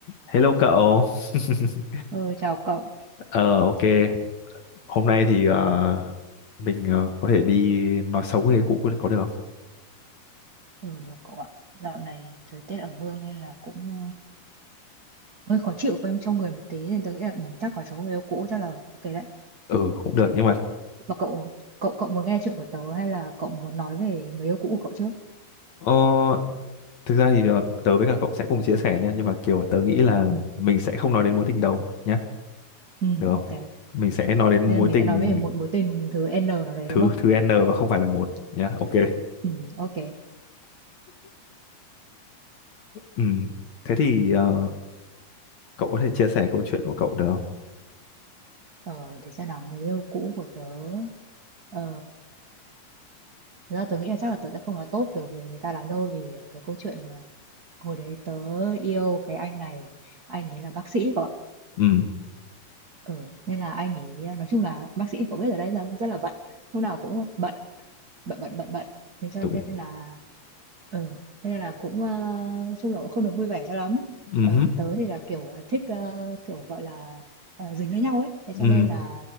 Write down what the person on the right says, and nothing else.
Ừ, chào cậu.
Ừ, được cậu ạ. Dạo này thời tiết ở mương nên là cũng ừ, hơi khó chịu trong trong người một tí nên tôi nghĩ là ừ, chắc có số người yêu cũ chắc là ok đấy.
Mà cậu cậu cậu muốn nghe chuyện của tớ hay là cậu muốn nói về người yêu cũ của cậu trước?
Ừ,
ừ
ok.
Thế là mình
sẽ nói về một mối tình thứ N nào đấy
đúng không?
Ừ, ok.
Ờ, để xem nào người yêu cũ của tớ. Ờ, thực ra tớ nghĩ là chắc là tớ sẽ không nói tốt được về người ta lắm đâu vì ờ, cái câu chuyện ờ, hồi đấy tớ yêu cái anh này anh ấy là bác sĩ cậu ạ
Ừ, nên là anh ấy à, nói chung là bác sĩ thì có biết ở đây ra rất là bận lúc nào cũng bận bận bận bận bận thế cho
nên là Ừ, thế nên là cũng ờ, chung là cũng không được vui vẻ cho lắm.
Ờ,
tớ thì là kiểu ờ, thích ờ, kiểu gọi là ờ, dính lấy nhau ấy. Thế cho
nên là